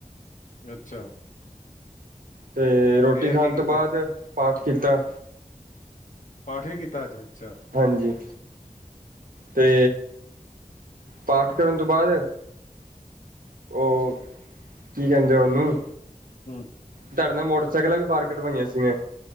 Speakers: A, on the left; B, on the right.
A: ਅੱਛਾ।
B: ਤੇ ਰੋਟੀ
A: ਫੇਰ
B: ਖਾਣ
A: ਕੀ ਕੀਤਾ
B: ਤੋਂ ਬਾਅਦ, ਪਾਠ ਕੀਤਾ।
A: ਪਾਠ ਵੀ ਕੀਤਾ ਅਜ, ਅੱਛਾ।
B: ਹਾਂਜੀ। ਤੇ ਪਾਠ ਕਰਨ ਤੋਂ ਬਾਅਦ ਉਹ ਕੀ ਕਹਿੰਦੇ ਉਹਨੂੰ?
A: ਹਂ
B: ਤੁਹਾਡੇ ਨਾਲ ਮੋਟਰਸਾਈਕਲਾਂ ਵੀ ਬਾਹਰ ਕਢਵਾਈਆਂ ਸੀ ਮੈਂ